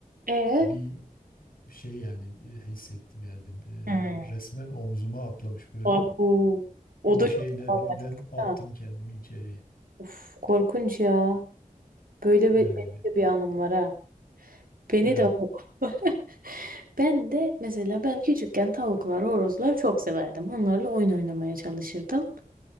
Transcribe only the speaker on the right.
Ee?
Hmm.
Abu.
O da
çok travmatik
değil
mi?
Of korkunç ya. Böyle
be- benim de bir anım var ha. Beni
de o- <laughs> Ben de mesela ben küçükken tavuklar, horozlar çok severdim. Onlarla oyun oynamaya çalışırdım.